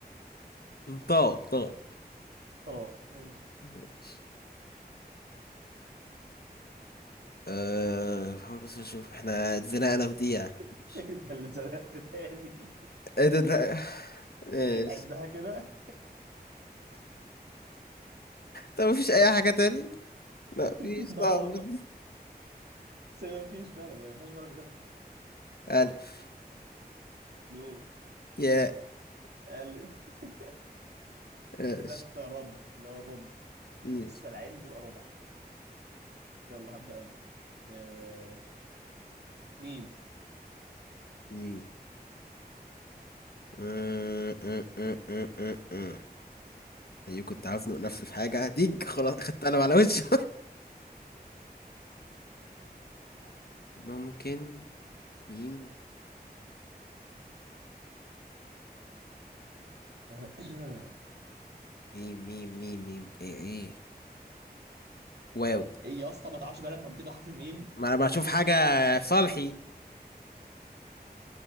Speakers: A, on the left (about 70°); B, on the right (about 80°).
A: مم، طاء طاء
B: طاء ماشي
A: ماشي آه بحاول بس اشوف احنا اتزنقنا في دي يعني
B: <laughs>
A: ماشي
B: انت اللي اتزنقت تاني
A: ايه ده ده ماشي
B: <laughs> عدها كده
A: طب مفيش اي حاجة تاني لا مفيش
B: <laughs>
A: صعب
B: دور
A: دي.
B: بقى بس هي ما فيش فعلا هي ما فيهاش بلد غيرها
A: ألف
B: نو
A: ياء
B: الف <laughs>
A: ماشي
B: كده انت رب اللي هو الرب
A: ماشي
B: لسه العين وتبقى ربع يلا هبدأ انا أه، ميم
A: مم. آه، آه، آه، آه، آه، آه. ايوه كنت هزنق نفسي في حاجة هتيج خلاص خدت قلم على وشه <laughs> ممكن ميم
B: <clears throat> <laughs>
A: ميم ميم ميم ميم ايه ايه واو
B: ايه يا اسطى ما تعرفش بقى لما بتبدا حرف الميم
A: ما انا بشوف حاجة في صالحي